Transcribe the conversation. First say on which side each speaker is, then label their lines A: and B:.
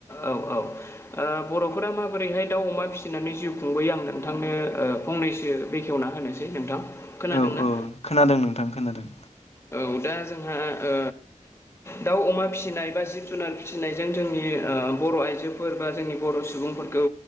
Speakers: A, on the left; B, on the left.
A: औ औ ओ बर'फोरा माबोरैहाय दाउ अमा फिसिनानै जिउ खुंबोयो आं नोंथांनो फंनैसो <unintelligible> बेखेवना होनोसै नोंथां। खोनादोंना?
B: औ औ खोनादों नोंथां खोनादों।
A: औ दा जोंहा ओ दाउ अमा फिसिनाय बा जिब जुनार फिसिनायजों जोंनि ओ बर' आइजोफोर बा जोंनि बर' सुबुंफोरखौ